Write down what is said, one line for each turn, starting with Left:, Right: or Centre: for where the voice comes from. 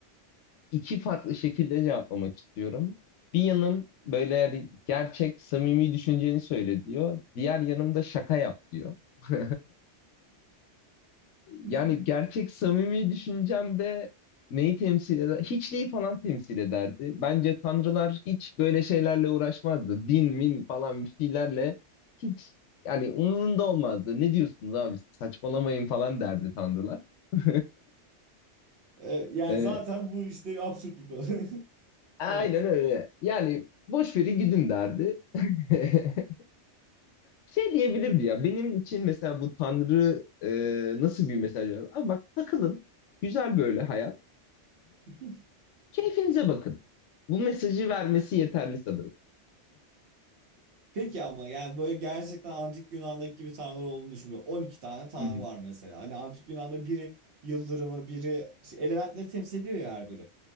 Left: iki farklı şekilde cevaplamak istiyorum. Bir yanım böyle yani gerçek, samimi düşünceni söyle diyor. Diğer yanım da şaka yap diyor. <laughs>
Right: <laughs>
Left: Yani gerçek samimi düşüncemde neyi temsil eder? Hiçliği falan temsil ederdi. Bence tanrılar hiç böyle şeylerle uğraşmazdı. Din, min falan bir şeylerle hiç yani umurunda olmazdı. Ne diyorsunuz abi saçmalamayın falan derdi tanrılar. <laughs>
Right: E, Yani
Left: Ee,
Right: zaten bu işte absürt bir konu. <laughs>
Left: aynen
Right: Evet.
Left: öyle. Yani boş verin gidin derdi. <laughs> Şey diyebilirdi ya benim için mesela bu tanrı e, nasıl bir mesaj veriyor? Abi bak takılın güzel böyle hayat.
Right: <laughs>
Left: Keyfinize bakın. Bu mesajı vermesi yeterli sanırım.
Right: Peki ama yani böyle gerçekten antik Yunan'daki gibi tanrılar olduğunu düşünmüyorum. on iki tane tanrı
Left: Hı hı.
Right: var mesela. Hani antik Yunan'da biri yıldırımı, biri şey, elementleri temsil ediyor ya her biri.